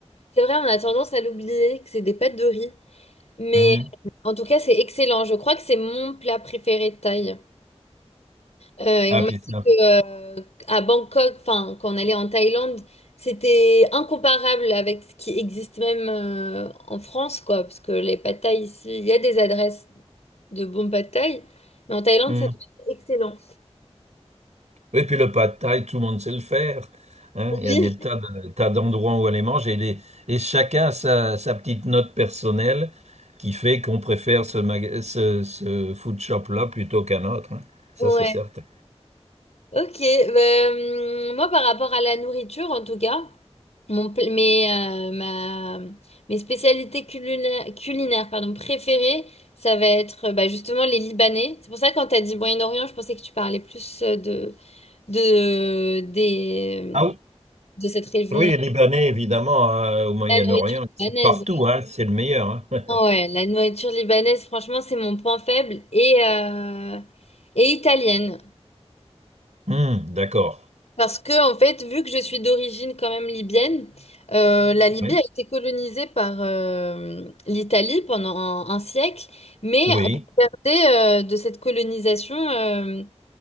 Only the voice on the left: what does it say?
C'est vrai, on a tendance à l'oublier, que c'est des pâtes de riz. Mais
euh, en tout cas, c'est excellent. Je crois que c'est mon plat préféré de Thaï. Euh, et
on m'a
dit que, euh, à Bangkok, enfin, quand on allait en Thaïlande, c'était incomparable avec ce qui existe même euh, en France, quoi. Parce que les pâtes thaï ici, il y a des adresses de bons pâtes thaï, mais en Thaïlande,
ça doit être excellent.
Oui,
ouais.
Ok, ben, hum, moi par rapport à la nourriture en tout cas, mon, pl- mes, euh, ma- mes spécialités culinaires, culinaires pardon, préférées, ça va être euh, bah, justement les Libanais. C'est pour ça que quand tu as dit Moyen-Orient, je pensais que tu parlais plus euh, de, de, des,
de cette région-là,
la nourriture
libanaise.
Ah Ouais, la nourriture libanaise, franchement, c'est mon point faible et, euh, et italienne.
Parce que, en fait, vu que je suis d'origine quand même libyenne, euh, la Libye
a été colonisée par euh, l'Italie pendant un, un siècle, mais
on gardait euh, de cette colonisation euh,